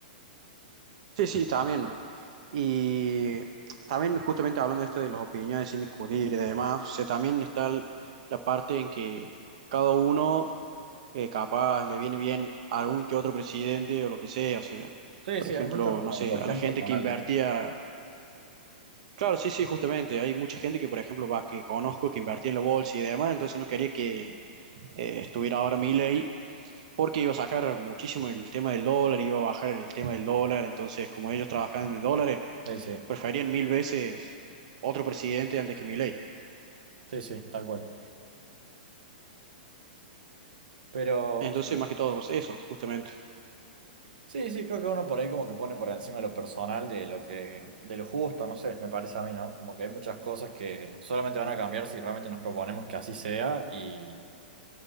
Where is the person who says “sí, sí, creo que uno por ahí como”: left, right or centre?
Right